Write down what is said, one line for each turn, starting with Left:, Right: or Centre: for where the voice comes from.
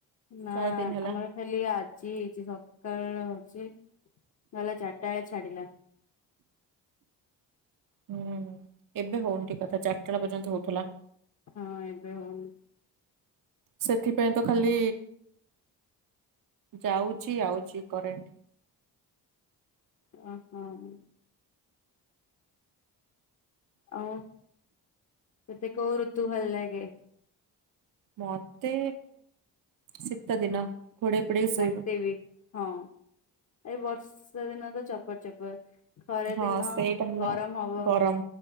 Left: ନା
Right: ଚାରି ଦିନ ହେଲା।
Left: ଆମର ଖାଲି ଆଜି ହେଇଛି ସକାଳୁ ହୋଉଛି। ଗଲା ଚାରିଟା ବେଳେ ଛାଡିଲା।
Right: ହୁଁ ଏବେ ହଉନି ଠିକ୍ କଥା, ଚାରିଟା ବେଳ ପର୍ଯ୍ୟନ୍ତ ହଉଥିଲା।
Left: ହଁ ଏବେ ହଉନି।
Right: ସେଥିପାଇଁ ତ ଖାଲି ଯାଉଛି ଆଉଛି କରେଣ୍ଟ୍।
Left: ଓ ହଁ। ଆଉ ସେଠି କଉ ଋତୁ ଭଲ ଲାଗେ?
Right: ମତେ ଶୀତ ଦିନ ଘୋଡ଼େଇ ପୁଡ଼େଇ ଶୋଇବ
Left: ମତେ
Right: ।
Left: ବି ହଁ, ଏଇ ବର୍ଷା ଦିନ ତ ଚପର ଚପର । ଖରା
Right: ହଁ
Left: ଦିନ
Right: ସେଇଟା ହେଲା
Left: ଗରମ ହବ,
Right: ଗରମ